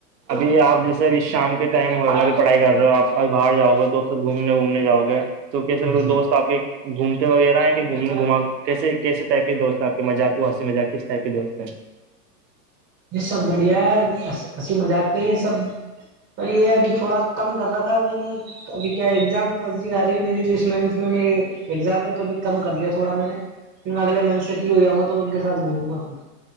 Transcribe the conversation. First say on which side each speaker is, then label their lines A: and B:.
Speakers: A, on the right; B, on the right.
A: ابھی آپ جیسے اب شام کے ٹائم ہوگا اھی پڑھائی کر رہے ہو آپ ا باہر جاؤ گے دوست س گھومنے وومنے جاؤ گے تو کیسے مل
B: جی
A: دوست آپ کے گھومتے وغیرہ ہیں گھومنے گھا کیسے کیسے ٹائپ کے دوست ہیں آپ کے مذاق کونسی ما کس ٹائپ کے دوست ہیں
B: یہ سب بڑھیا ہے اسسی مذاقتے ہیں سب پر یہ ابھی تھوڑا کم کر رہا تھا میں نے تو ابھی کیا ایگزام نزدیک آ رہی ہے میری تو اس منتھ میں میری ایگزام میںہ تو بھی کم کر دیا تھوڑا میں نے پھر میں اگلے منچ سے فری ہو جاں گا تو ان کے ساتھ گھوموں گا پھر